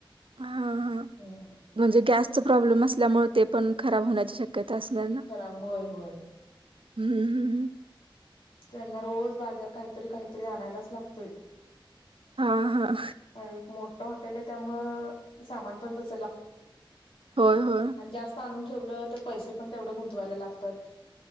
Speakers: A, on the right; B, on the left.
A: हा हा
B: हम्
A: म्हणजे गॅसच प्रॉब्लेम असल्यामुळे ते पण खराब होण्याची शक्यता असणार ना
B: खराब होय होय.
A: हम्म हम्म
B: त्यांना रोज बाजार काहीतरी काहीतरी आणायलाच लागतोय
A: हा हा
B: म हॉटेल आहे त्यामु सामान पण तस ला
A: होय होय
B: आणि जास्त आण ठेव तर पैसे पण तेवढ गुंतवायला लागतात